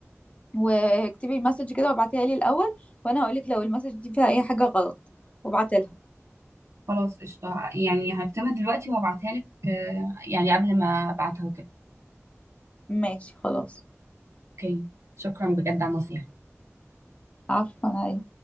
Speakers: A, on the left (about 25°); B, on the right (about 65°).
A: واكتبي مسج كده وابعتيها لي الاول وانا هقولك لو المسج دي فيها اي حاجه غلط وابعتلها
B: خلاص قشطه يعني هكتبها دلوقتي وهبعتها لك آه يعني قبل ما ابعتها وكده
A: ماشي خلاص
B: اوكي شكرا بجد على النصيحه
A: عفوا